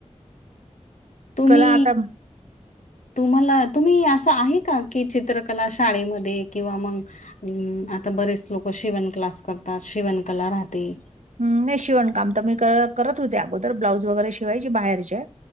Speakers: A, on the left; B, on the right.
A: तुम्ही
B: कला आता
A: तुम्हाला तुम्ही असं आहे का? कि चित्रकला शाळेमध्ये किंवा मग अम् आता बरेच लोक शिवण क्लास करतात. शिवण कला राहते.
B: हम्म. नाही शिवण काम त मी करत होते अगोदर. ब्लाऊज वगैरे शिवायची बाहेरचे.